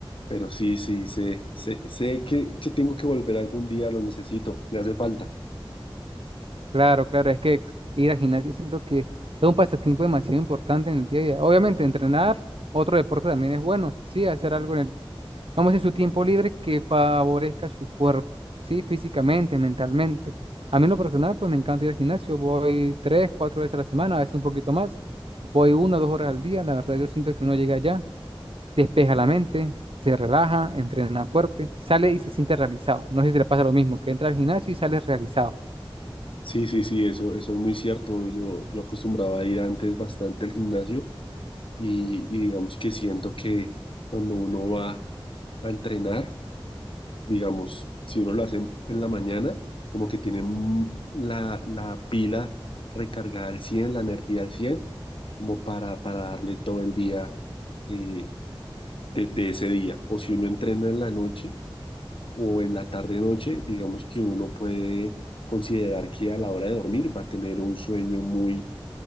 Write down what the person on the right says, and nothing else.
Claro, claro, es que ir al gimnasio siento que es un pasatiempo demasiado importante en el día a día. Obviamente, entrenar, otro deporte también es bueno, sí, hacer algo en el, vamos en su tiempo libre que favorezca su cuerpo, sí, físicamente, mentalmente. A mí en lo personal, pues me encanta ir al gimnasio, voy tres, cuatro veces a la semana, a veces un poquito más, voy una o dos horas al día, la verdad yo siento que uno llega allá despeja la mente, se relaja, entrena fuerte, sale y se siente realizado. No sé si te pasa lo mismo, que entra al gimnasio y sales realizado.